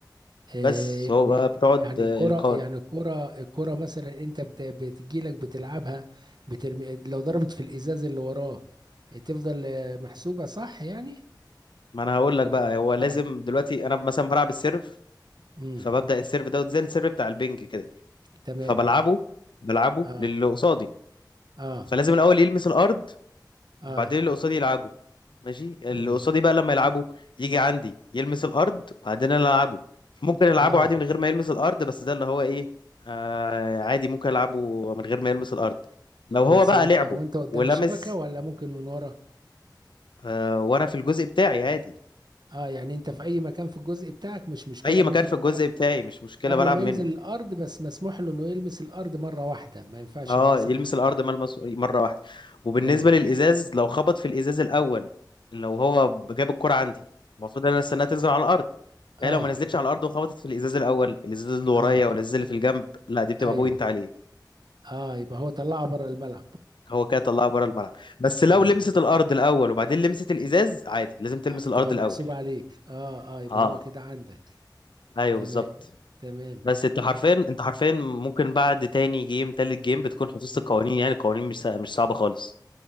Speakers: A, on the right; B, on the left.
A: آه،
B: بس هو
A: يعني
B: بقى بتقعد
A: يعني
B: القوانين
A: الكرة يعني الكرة الكرة مثلا انت بت- بتجيلك بتلعبها بترمي لو ضربت في الازاز اللي وراه آه، تفضل آه، محسوبة صح يعني
B: ما انا هقول لك
A: ولا
B: بقى
A: تبقى
B: هو لازم
A: طلعت
B: دلوقتي انا مثلا بلعب السيرف
A: امم
B: فببدأ السيرف دوت زي السيرف بتاع البنج كده
A: تمام
B: فبلعبه بلعبه
A: اه
B: للي قصادي
A: اه
B: فلازم الأول يلمس الأرض
A: اه
B: وبعدين اللي قصادي يلعبه ماشي اللي
A: امم
B: قصادي بقى لما يلعبه يجي عندي يلمس الأرض بعدين أنا ألعبه ممكن ألعبه
A: اه
B: عادي من غير ما يلمس الأرض بس ده اللي هو إيه آه عادي ممكن ألعبه من غير ما يلمس الأرض لو
A: بس
B: هو بقى
A: وانت
B: لعبه
A: وانت قدام
B: ولمس
A: الشبكة ولا ممكن من ورا
B: آه وأنا في الجزء بتاعي عادي
A: اه يعني انت في اي مكان في الجزء بتاعك مش مشكلة
B: أي مكان
A: ممكن
B: في
A: تلعب
B: الجزء بتاعي مش مشكلة
A: قبل
B: بلعب
A: ما
B: منه
A: ينزل الارض بس مسموح له انه يلمس الارض مرة واحدة ما ينفعش
B: اه
A: يلمسها
B: يلمس
A: مرتين
B: الارض ملمس مره واحده وبالنسبه
A: تمام
B: للازاز لو خبط في الازاز الاول لو هو جاب الكره عندي المفروض ان انا استناها تنزل على الارض هي
A: اه
B: لو ما نزلتش على الارض وخبطت في الازاز الاول الازاز اللي ورايا
A: اه
B: ولا الازاز اللي في الجنب لا دي بتبقى
A: ايوه
B: بوينت عليه
A: اه يبقى هو طلعه بره الملعب
B: هو كده طلعها بره الملعب بس لو
A: تمام
B: لمست الارض الاول وبعدين لمست الازاز عادي لازم تلمس
A: آه،
B: الارض
A: تبقى
B: الاول
A: محسوبة عليك اه اه يبقى
B: اه
A: هو كده عندك
B: ايوه
A: تمام
B: بالظبط
A: تمام
B: بس انت حرفيا انت حرفيا ممكن بعد تاني جيم تالت جيم بتكون حفظت القوانين يعني القوانين مش سا- مش صعبه خالص